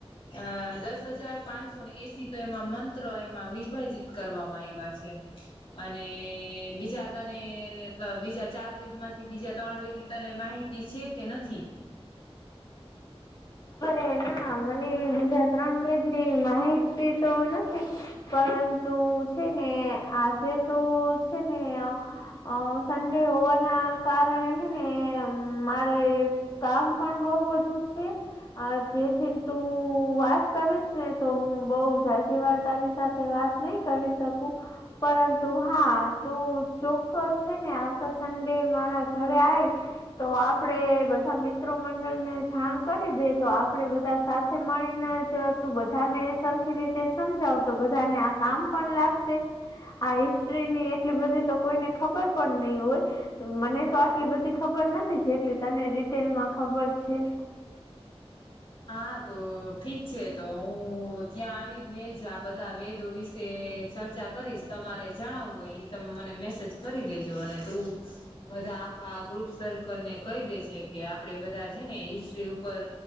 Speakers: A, on the left; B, on the left.
A: અ દસ હજાર પાંચસોને એંસી તો એમાં મંત્ર એમાં વિભાજિત કરવામાં આવ્યા છે. અને બીજા હતા ને ત બીજા ચાર વેદમાંથી બીજા ત્રણ વેદની તને માહિતી છે, કે નથી?
B: અરે ના મને બીજા ત્રણ વેદની માહિતી તો નથી. પરંતુ છે, ને આજે તો છે, ને અ અ સન્ડે હોવાના કારણે હે ને મારે કામ પણ બો બધું છે. અ જેથી તું વાત કરીશ ને તો હું બો <unintelligible> સાથે વાત નહી કરી શકું પરંતુ હા તું ચોક્કસ હે ને આવતા સન્ડે મારા ઘરે આય તો આપડે બધા મિત્રો મંડળને જાણ કરી દે તો આપણેે બધા સાથે મળીને જ તું બધાને સરખી રી તે સમજાવ તો બધાને આ કામ પણ લાગશે. આ હિસ્ટ્રીની એટલી બધી તો કોઈને ખબર પણ ની હોય. મને તો આટલી બધી ખબર નથી છે, જેટલી તને ડિટેલ માં ખબર છે.
A: હા તો ઠીક છે, તો હું ત્યાં આવી ને જ આ બધા વેદો વિશે ચર્ચા કરીશ તમારે જણાવવું હોય ઈ તમે મને મેસેજ કરી દેજો અને તું બધા આ ગ્રુ શરૂ કરને કહી દેજે કે આપડે બધા છે, ને હિસ્ટ્રી ઉપર